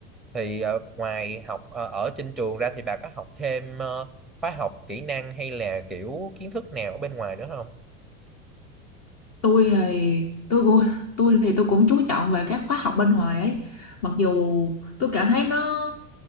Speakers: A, in the centre; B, on the left.
A: thì ờ, ngoài học ờ, ở trên trường ra thì bà có học thêm ờ, khóa học kỹ năng hay là kiểu kiến thức nào ở bên ngoài nữa không?
B: tôi thì tôi cũng tôi thì tôi cũng chú trọng về các khóa học bên ngoài ấy mặc dù tôi cảm thấy nó